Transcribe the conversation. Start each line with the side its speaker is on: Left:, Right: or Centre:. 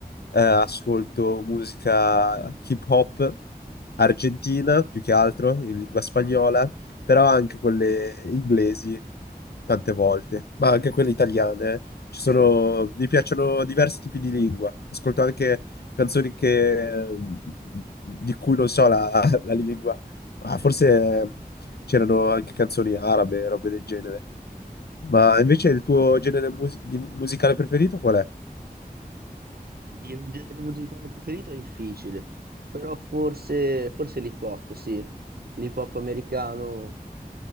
Left: ascolto musica hip hop argentina più che altro in lingua spagnola, però anche quelle inglesi tante volte, ma anche quelle italiane. eh. Ci sono, mi piacciono diversi tipi di lingua. Ascolto anche canzoni che, eh, di cui non so la, <laughs> la lingua Ah,
Right: <laughs>
Left: forse eh, c'erano anche canzoni arabe, robe del genere. Ma invece il tuo genere musi- di- musicale preferito qual è?
Right: Il genere musicale preferito è difficile, però forse, forse l'hip hop, sì. L'hip hop americano